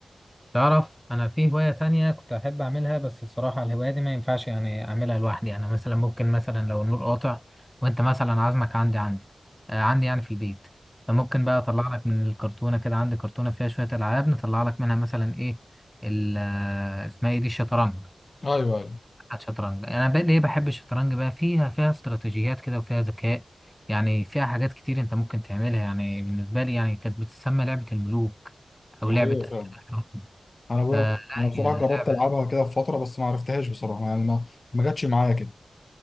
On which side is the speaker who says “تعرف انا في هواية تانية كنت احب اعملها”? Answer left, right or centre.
Centre